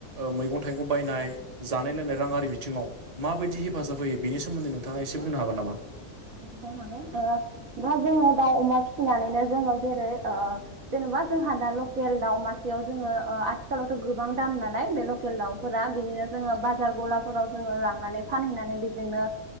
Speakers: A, on the right; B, on the right.
A: ओ मैगं थाइगं बायनाय जानाय लोंनाय राङि बिथिङाव माबायदि हेफाजाब होयो बेनि सोमोन्दै नोंथाङा एसे बुंनो हागोन नामा
B: ज हागोन दा जोङो दाउ अमा फिसिनानैनो जोङो जेरै जेनेबा जोंहा दा लकेल दाउ मासेयाव जोङो आथिखालावथ' गोबां दाम नालाय बे लकेल दाउ फोर बिदिनो जोङो बाजार गलाफोराव जोङो लांनानै फानहैनानै बिजोंनो